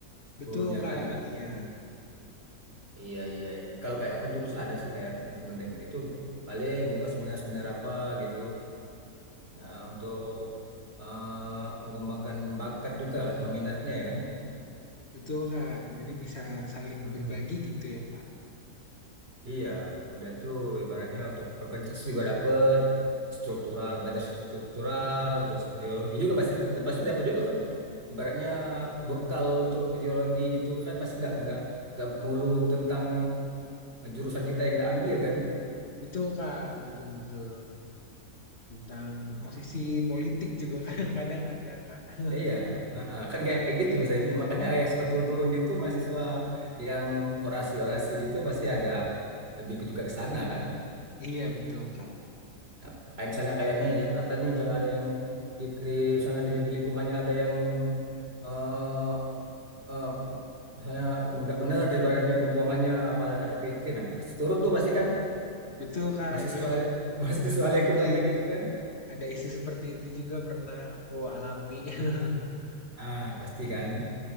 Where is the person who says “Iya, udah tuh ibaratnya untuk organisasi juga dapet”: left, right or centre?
Right